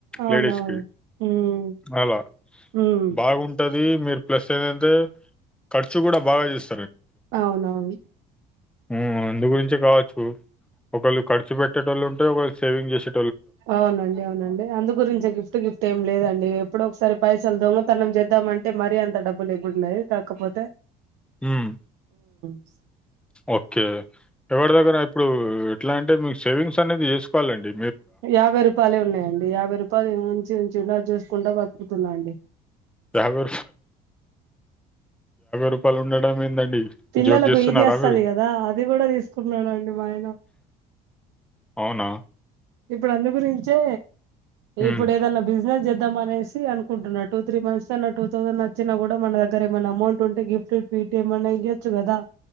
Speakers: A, on the right; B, in the centre.
A: అవునవును
B: లేడీస్కి
A: ఉమ్
B: అలా
A: ఉమ్
B: బాగుం దీ మీర్ ప్లస్సేదంతె ఖర్చు గూడా బాగా జేస్
A: ఔనవ్ను.
B: ఊమ్ అందుగురించే కావచ్చు ఒకళ్ళు ఖర్చు పెట్టేటోళ్ళుంటె ఒకళ్ సేవింగ్ జేసే
A: ఔనండి ఔనండి అందు గురించే గిఫ్ట్ గిఫ్టేం లేదండీ ఎప్పుడో ఒక్సారి పైసల్ దొంగతనం జేద్దామంటే మరీ అంత డబ్బులెబ్బుడుండయ్ కాకపోతె
B: ఉమ్.
A: స్
B: ఒక్కే ఎవర్ దగ్గరా ఇప్పుడూ ఎట్లాంటె మీర్ సేవింగ్సనేద్ జేస్కోలండి.
A: యాభైరుపాయ్లే ఉన్నాయండి యాభై రుపాయ్లు ఉంచి ఉంచి ఉండాద్ జేస్కుంట బత్కుతున్నా అండి.
B: యాభై రూపాయలు ఉండడం ఏందండి
A: పిల్లలకు
B: జోక్ జేస్తున్నారా
A: ఇది వొస్తది
B: మీరు?
A: గదా అది కూడా తీసుకున్నారండి మా ఆయన
B: అవునా?
A: ఇప్పుడు అందు గురించే
B: హ్మ్.
A: ఇప్పుడు ఏదైన్నా బిజినెస్ జే ద్దమనేసి అన్కుంటున్న టూ త్రీ మంత్స్దన్న టూథౌసండచ్చిన గుడా మన దగ్గరేమన్మౌమౌంటుంటె గిఫ్ట్ ఇట్టేమన్న ఇయ్యొచ్చు గదా.